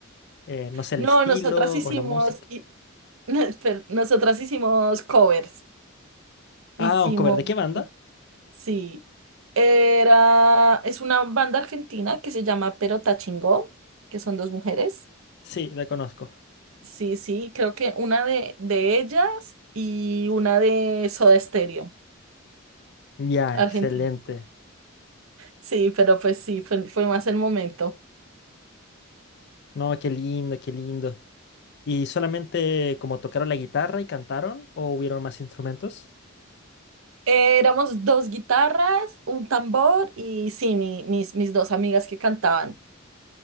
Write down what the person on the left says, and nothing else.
eh, no sé,
el estilo
o la música.
Ah, un cover, ¿de qué banda?
Sí, la conozco.
Ya,
excelente.
No, qué lindo, qué lindo. ¿Y solamente como tocaron la guitarra y cantaron o hubieron más instrumentos?